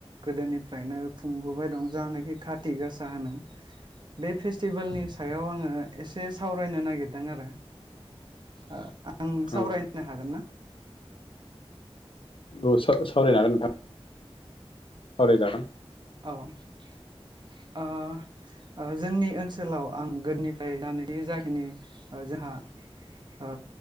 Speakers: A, on the right; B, on the left.
A: गोदोनिफ्रायनो खुंबोबाय दं जानाखि खाथ थि गासा होनो। बे फेस्टिभेलनि सायाव आङो एसे सावरायनो नागिरदों आरो। ओ आं सावरायनो
B: औ
A: हागोन ना?
B: औ सावरायनो हागोन नोंथां। सावराय जागोन।
A: औ। ओ ओ जोंनि ओनसोलाव आं गोदनिफ्राय जाखिनि जाखिनि जो था ओ